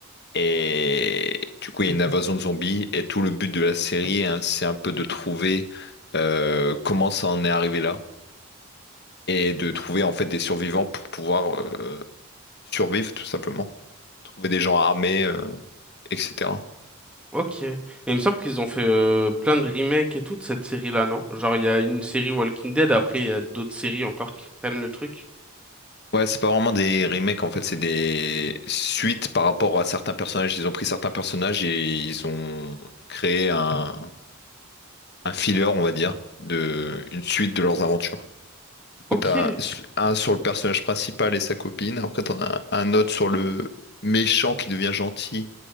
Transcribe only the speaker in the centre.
Ok. Et il me semble qu'ils ont fait euh, plein de remakes et tout de cette série-là, non? Genre, il y a une série Walking Dead, après, il y a d'autres séries encore qui prennent le truc.
Ok,